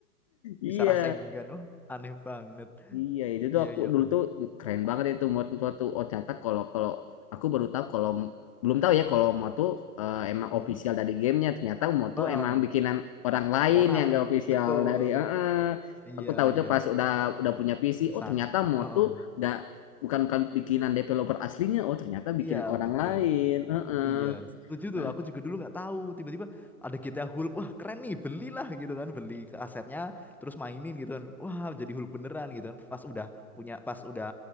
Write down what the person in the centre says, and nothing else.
bisa rasain kan? Wah, aneh banget.
Iya,
iya.
Wah,
hmm?
Bah,
orang.
Betul.
Iya,
iya.
Besar.
Heeh.
Iya,
betul.
Iya, setuju
tuh. Aku juga dulu nggak tahu. Tiba-tiba ada GTA Hulk. Wah, keren nih. Belilah gitu kan. Beli ke asetnya, terus mainin gitu kan. Wah, jadi Hulk beneran gitu kan. Pas udah punya, pas udah